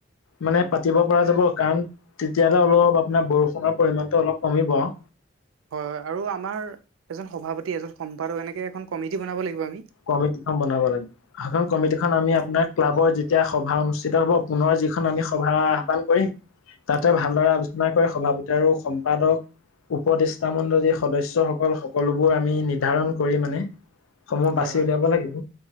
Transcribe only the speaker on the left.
মানে পাতিব পৰা যাব কাৰণ তেতিয়ালে অলপ আপোনাৰ বৰষুণ পৰিমাণটো অলপ কমিব আৰু।
কমিটি খন বনাব লাগে। সেখন কমিটিখন
আমি আপোনাৰ ক্লাবৰ যি তিয়া সভা অনুষ্ঠিত হ'ব পুনৰ যিখন আমি সভা আহ্বান কৰিম তাতে
ভালদৰে আলোচ না কৰি সভাপতি আৰু সম্পাদক উপদেষ্টা মণ্ডল যি সদস্যসকল সকলোবোৰ আমি নিৰ্ধাৰণ কৰি মানে- সমূহ
বাচি
উলিয়াব লাগিব।